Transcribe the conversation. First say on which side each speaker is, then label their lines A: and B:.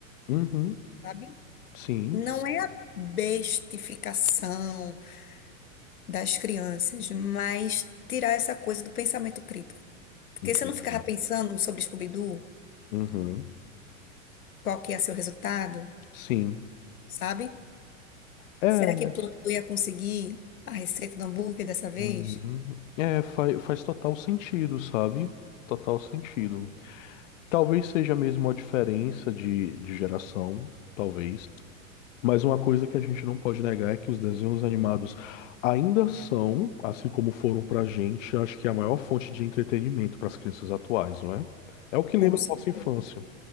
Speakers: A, on the left; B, on the left.
A: Uhum.
B: sabe?
A: Sim,
B: Não é a bestificação das crianças, mas tirar essa coisa do pensamento crítico. Porque
A: entendi.
B: você não ficava pensando sobre Scooby-Doo,
A: Uhum.
B: qual que ia ser o resultado,
A: Sim.
B: sabe?
A: É,
B: Será que Plantão ia conseguir a receita do hambúrguer dessa vez?
A: Uhum. É, faz, faz total sentido, sabe? Total sentido. Talvez seja mesmo a diferença de, de geração, talvez. Mas uma coisa que a gente não pode negar é que os desenhos animados ainda são, assim como foram pra gente, acho que é a maior fonte de entretenimento para as crianças atuais, não é? É o que
B: Com
A: lembra
B: certeza.
A: a nossa infância.